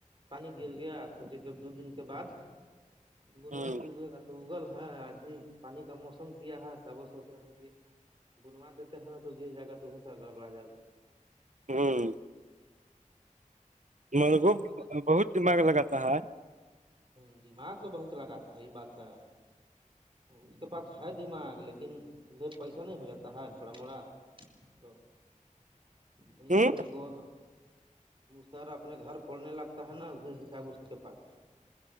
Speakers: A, on the right (about 40°); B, on the right (about 65°).
A: پانی گر گیا سچے دو دن کے بعد بنوائ
B: ہ
A: گگے اوگل ہے ابھی پانی کا موسم کیا ہے تب وہ سوچ رہے ہیں کہ بنوا دیتے ہیں تو گر جا تو ہو سر گڑبڑا گا
B: ہوں مرگو
A: بنوا انوا کا
B: بہت دماغ لگاتا ہے
A: ہاں دماغ تو بہت لگاتا ہے یہ ہی بات ہے اس کے پاس ہے دماغ لیکن پھے پیسہ نہیں ہو جاتا ہے تھوڑا موڑا تو وہیا
B: ہ
A: اپنے وہ سر اپنے گھر پڑنے لگتا ہے نا وہ حساب اس کے پاس ہے